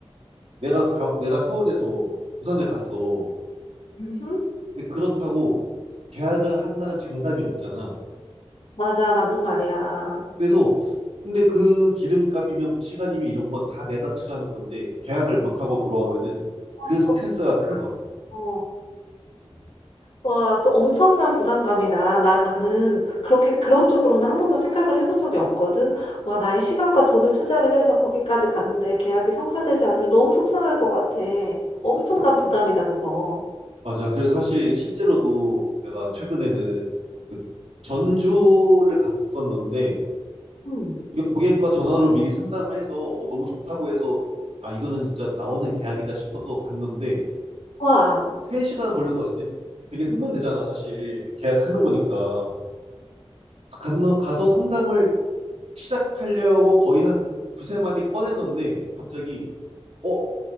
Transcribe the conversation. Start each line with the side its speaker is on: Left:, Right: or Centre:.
Right: 내가 가- 내가 서울에서 부산을 갔어.
Left: 음. 응.
Right: 근데 그렇다고 계약을 한다는 장담이 없잖아.
Left: 맞아, 맞는 말이야.
Right: 그래서 근데 그 기름값이면 시간이면 이런 건 다 내가 투자하는 건데 계약을 못 하고 돌아오면은
Left: 아,
Right: 그
Left: 그렇구나.
Right: 스트레스가 큰 거야.
Left: 어.
Right: 음.
Left: 와, 그 엄청난 부담감이다. 나는 그렇게 그런 쪽으로는 한 번도 생각을 해본 적이 없거든. 와, 나의 시간과 돈을 투자를 해서 거기까지 갔는데 계약이 성사되지 않으면 너무 속상할 것 같아. 엄청난 부담이다, 그거.
Right: 맞아. 그래서 사실 실제로도 내가 최근에는 그 전주를 갔었는데
Left: 음.
Right: 이거 고객과 전화로 미리 상담을 해서 어, 너무 좋다고 해서 아 이거는 진짜 나오는 계약이다 싶어서 갔는데
Left: 와,
Right: 3시간 걸려서 이제 되게 흥분되잖아 사실 계약하는
Left: 그치.
Right: 거니까. 갔노- 가서 상담을 시작하려고 거의 한 두세 마디 꺼냈는데 갑자기 어